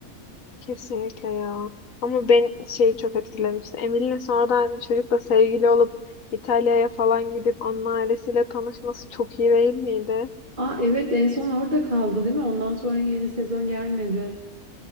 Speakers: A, on the left (about 70°); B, on the right (about 35°).
A: Kesinlikle ya. Ama ben şeyi çok etkilemişti. Emine'nin sonradan bir çocukla sevgili olup İtalya'ya falan gidip onun ailesiyle tanışması çok iyi değil miydi?
B: Aa evet en son orada kaldı değil mi? Ondan sonra yeni sezon gelmedi.